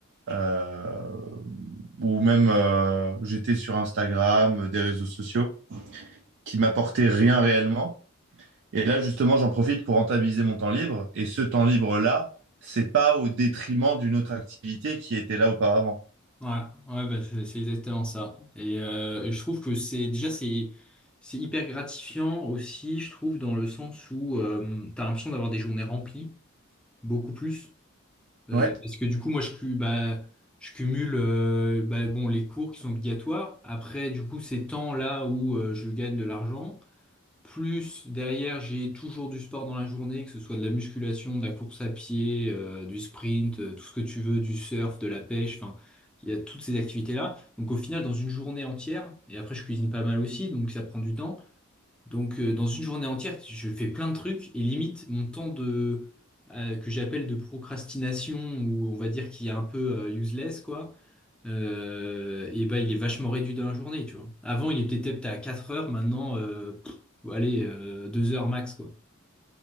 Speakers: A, on the right; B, in the centre.
A: euh, ou même euh, j'étais sur Instagram, des réseaux sociaux. qui m'apportait rien réellement. Et là, justement, j'en profite pour rentabiliser mon temps libre. Et ce temps libre-là, c'est pas au détriment d'une autre activité qui était là auparavant.
B: Ouais, ouais, bah, c'est c'est exactement ça. Et, euh, et je trouve que c'est déjà c'est c'est hyper gratifiant aussi, je trouve, dans le sens où euh, t'as l'impression d'avoir des journées remplies, beaucoup plus. Euh,
A: Ouais,
B: parce que du coup, moi, je, cu- bah, je cumule euh, bah, bon, les cours qui sont obligatoires. Après, du coup, ces temps-là où euh, je gagne de l'argent. Plus derrière, j'ai toujours du sport dans la journée, que ce soit de la musculation, de la course à pied, euh, du sprint, euh, tout ce que tu veux, du surf, de la pêche, enfin, il y a toutes ces activités-là. Donc au final, dans une journée entière, et après je cuisine pas mal aussi, donc ça prend du temps. Donc euh, dans une journée entière, je fais plein de trucs et limite mon temps de euh, que j'appelle de procrastination ou on va dire qui est un peu euh, useless quoi euh, et bah il est vachement réduit dans la journée, tu vois. Avant, il était peut-être à 4 heures, maintenant, euh, pff, allez, euh, 2 heures max, quoi.